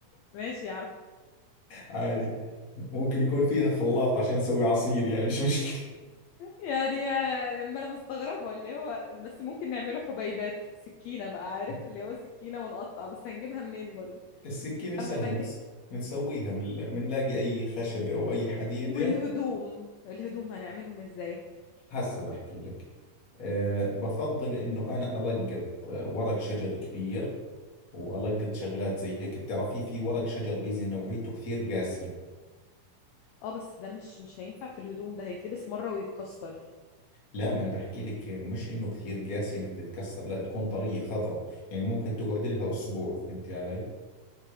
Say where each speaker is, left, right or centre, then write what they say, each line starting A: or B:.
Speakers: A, on the left; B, on the left.
A: ماشي يا عم
B: عادي ممكن يكون فيها خلاط عشان اسوي عصير يعني مش مشكلة
A: يعني ما انا مستغربه اللي هو بس ممكن نعمله حبيبات سكينه بقى عارف
B: <laughs>
A: اللي هو سكينه ونقطع بس هنجيبها منين برضو
B: السكينة
A: لا
B: سهل
A: ما احنا كده
B: منس... بنسويها من... بنلاقي أي خشبة أو أي حديدة
A: والهدوم الهدوم هنعملهم ازاي
B: هسا بحكي لك أه بفضل إنه أنا ألقط آه، ورق شجر كبير وألقط شغلات زي هيك بتعرفي في ورق شجر بيزي نوعيته كثير قاسية
A: اه بس ده مش مش هينفع في الهدوم ده هيتلبس مره ويتكسر
B: لا ما أنا بحكي لك آه، مش إنه كثير قاسية إنها بتتكسر لا تكون طرية خضراء يعني ممكن تقعد لها أسبوع فهمتي علي؟